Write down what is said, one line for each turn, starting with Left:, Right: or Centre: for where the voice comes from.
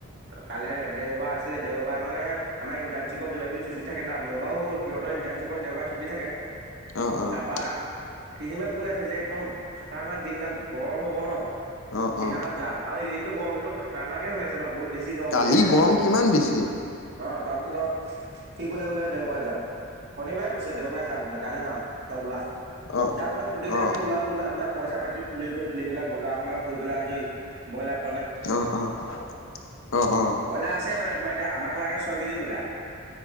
Right: কালে দেওবাৰ আছিল দেওবাৰ মানে আমাৰ ইণ্টাৰ্ণশিপৰ কিবা কিবিু চুটি থাকো তাত মোৰ বাৰো গ'ল সিহতৰ ইণ্টাৰ্ণশিপত দেওবাৰে দি থাকে।
Left: অ অ
Right: তাৰপা, সিদিনা কৈ আছে যে একদম খাতনাক যিদিনা গৰম হব ন।
Left: অ
Right: সেইদিনাখন
Left: অ
Right: যাম আৰু আইকেদিনটো গৰমটোতো খতাৰ্ণকৈ হৈ আছে ন বহুত বেছি গৰম
Left: কালি
Right: পৰি আছে।
Left: গৰম কিমান বেছি।
Right: অ', তাৰপিছত আৰু সি কলে বোলে দেওবাৰে জাম। শনিবাৰে কৈছে দেওবাৰে যাম বুলি কাইলৈ যাম চব উলা।
Left: অ
Right: তাৰপিছত গোটেইকেইটা
Left: অ
Right: আমি ওলালোঁ উলৈপেলৈ পইছাপাতি তুলিলোঁ। তুলিপেলৈ বজাৰ সমাৰ কৰী আজৰি, বইলাৰ
Left: অ', অ', অ', অ'।
Right: ব্ৰইলাৰ আছে মানে তোমাৰ এতিয়া আমাক লাগে সৈ কেজী বইলাৰ,